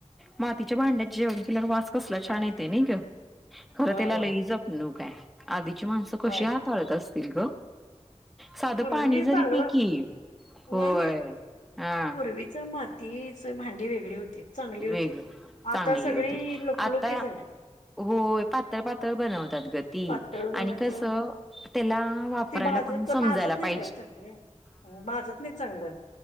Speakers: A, in the centre; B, on the left (about 85°).
A: मातीच्या भांड्यात जेवण केल्यावर वास कसला छान येते नाही ग खरं
B: होय
A: त्याला
B: होय
A: लई जपणूकय आधीची माणसं कशी
B: होय
A: हाताळत असतील ग साधं
B: पूर्वी
A: पाणी जरी
B: चांगल
A: पी की. होय.
B: नाही नाही
A: हा
B: पूर्वीच मातीच भांडी वेगळी होते चांगली होती
A: वेग चांगली
B: आता सगळी
A: होती.
B: लुकलूकीत
A: आता
B: झाल्यात
A: होय पातळ बनवतात गती
B: पातळ
A: आणि
B: बनवते
A: कस त्याला वापरायला
B: ते भाजत
A: पण समजायला
B: भाजत नाहीत
A: पाहिे
B: का चांगलं माझत नाही चांगलं